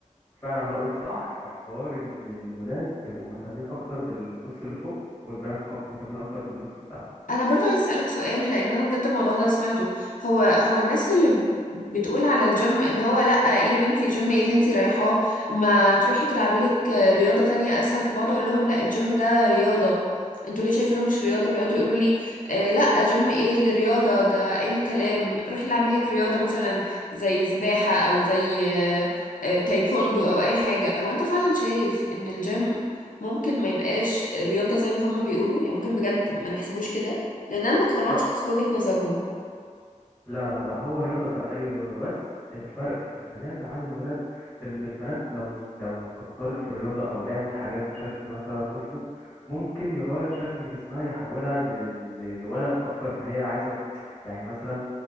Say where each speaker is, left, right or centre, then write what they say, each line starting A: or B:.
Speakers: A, on the left; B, on the left.
A: فعلا رأيك صح في حوار ان الولاد بيبقوا مهتمين اكتر بالنص اللي فوق والبنات مهتمين اكتر بالنص اللي تحت
B: انا برضو عايز اسالك سؤال لان انا بجد الموضوع ده سمعته هو هو الناس اللي ب- بتقول على الجيم ان هو لا ايه يا بنتي جيم ايه اللي انتي رايحاه ما تروحي تلعبي لك رياضه تانية اسهل فبقعد اقول لهم لا الجيم ده رياضه انتوا ليه شايفينه مش رياضه بيقعدوا يقولوا لي آه لا جيم ايه اللي رياضه ده اي كلام روحي العبي لك رياضه مثلا زي سباحه او زي آه آه تايكوندو او اي حاجه هو انت فعلا شايف ان الجيم ممكن ما يبقاش رياضة زي ما هم بيقولوا يعني ممكن بجد ما نحسبوش كده لان انا ما اقتنعتش
A: لا
B: خالص بوجهة نظرهم
A: لا لا لا هو رياضة زي أي رياضة بس الفرق في البنات عن الولاد إن البنات لو لو كترت في الرياضة أو لعبت حاجات بشكل مثلا مفرط ممكن يغير شكل جسمها يحولها ل- ل- لولد أكتر ما هي عايزة يعني مثلا